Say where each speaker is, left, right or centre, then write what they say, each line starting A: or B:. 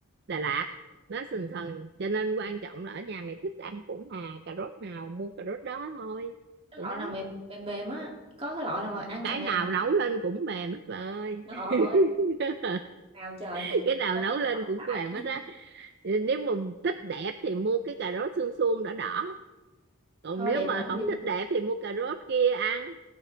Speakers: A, on the right; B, on the right.
A: Đà Lạt nó sần sần cho nên quan trọng là ở nhà mày thích ăn củ nào cà rốt nào mua cà rốt đó thôi
B: cái
A: vậy
B: loại
A: đó
B: nào mềm mềm mềm á, có cái loại nào mà ăn
A: cái
B: càng mềm
A: nào
B: càng
A: nấu
B: tốt.
A: lên cũng mềm hết bà ơi
B: Trời
A: <laughs>
B: ơi, nào trời,
A: cái nào
B: sao
A: nấu
B: tao
A: lên
B: chọn
A: cũng
B: đại
A: mềm hết á nếu mà thích đẹp thì mua cái cà rốt xương suông đỏ đỏ còn
B: Kho
A: nếu
B: đẹp
A: mà
B: làm
A: không
B: gì?
A: thích đẹp thì mua cà rốt kia ăn